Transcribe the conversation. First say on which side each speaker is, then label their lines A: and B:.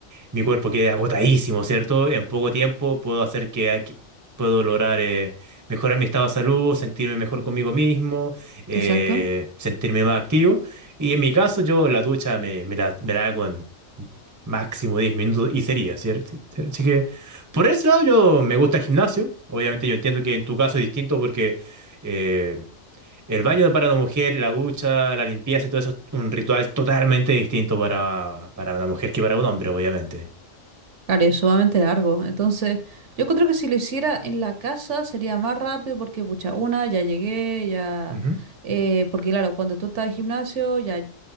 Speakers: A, on the right; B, on the right.
A: mi cuerpo quede agotadísimo, ¿cierto? En poco tiempo puedo hacer que, aquí- puedo lograr eh, mejorar mi estado de salud, sentirme mejor conmigo mismo, eh,
B: exacto.
A: sentirme más activo. Y en mi caso, yo la ducha me, me la, me la hago en máximo 10 minutos y sería, ¿cierto? Así que por ese lado yo me gusta el gimnasio. Obviamente yo entiendo que en tu caso es distinto porque eh, el baño para una mujer, la ducha, la limpieza y todo eso es un ritual totalmente distinto para, para una mujer que para un hombre, obviamente.
B: Claro, es sumamente largo. Entonces, yo creo que si lo hiciera en la casa sería más rápido porque, pucha, una, ya llegué, ya...
A: Ujú,
B: eh, porque, claro, cuando tú estás en el gimnasio, ya